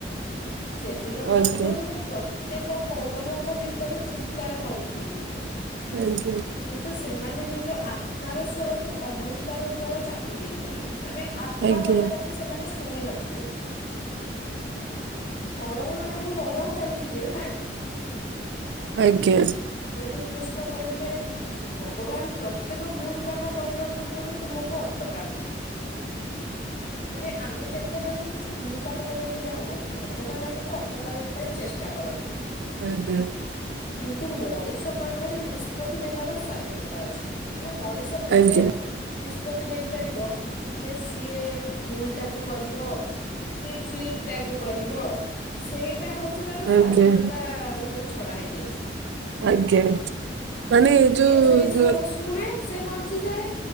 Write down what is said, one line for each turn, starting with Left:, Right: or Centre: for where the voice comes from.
Left: ସେଦିନ ମଧ୍ୟ
Right: ଆଜ୍ଞା
Left: ମୁଁ ପ୍ରତ୍ୟେକ କୌରବଙ୍କ ଭିତରେ ଚିତ୍କାର କରୁଥିଲି।
Right: ଆଜ୍ଞା
Left: କିନ୍ତୁ ସେମାନେ ନିଜ ଆତ୍ମାର ସ୍ୱରକୁ ଅହଙ୍କାର ଦ୍ଵାରା ଚାପି ଦେଇଥିଲେ ମାନେ ଆତ୍ମା
Right: ଆଜ୍ଞା
Left: କଥାଟାକୁ ସେମାନେ ଶୁଣି ନଥିଲେ। <inaudible> କୌରବମାନେ ବହୁତ ଅହଙ୍କାରୀ ଥିଲେ ନା।
Right: <inaudible> ଆଜ୍ଞା
Left: ସେଇଠୁ କୃଷ୍ଣ କହିଲେ ଭଗବାନ ପ୍ରତ୍ୟେକ ଭୁଲ କାମ କରିବା ପୂର୍ବରୁ ତୁମକୁ ଅଟକାନ୍ତି। ମାନେ ଆମେ ଯେତେବେଳେ ବି କିଛି ଭୁଲ କାମ କରିବାକୁ ଯାଉ ଭଗ ଭଗବାନ ଆମକୁ ଅଟକାଇବା ପାଇଁ ଚେଷ୍ଟା କରନ୍ତି।
Right: ଆଜ୍ଞା
Left: କିନ୍ତୁ ମଣିଷ ପାଖରେ ନିଷ୍ପତ୍ତି ନେବାର ସ୍ଵାଧୀନତା ଅଛି ମାନେ ମଣିଷ ନିଜେ
Right: ଆଜ୍ଞା
Left: ନିଷ୍ପତ୍ତି ନେଇପାରିବ ଯେ ସିଏ ଭୁଲ ଟାକୁ କରିବ କି ଠିକ ଟାକୁ କରିବ ସେଇଟା ହଉଚି ତାର ସ୍ଵାଧୀନତା
Right: ଆଜ୍ଞା
Left: ଉପରେ ଛଡା ହେଇଯାଇଚି।
Right: ଆଜ୍ଞା ମାନେ ଏ
Left: ଯିଏ
Right: ଯୋଉ
Left: ସେଇ ସ୍ଵର ଶୁଣେ ସେ ବଞ୍ଚିଯାଏ।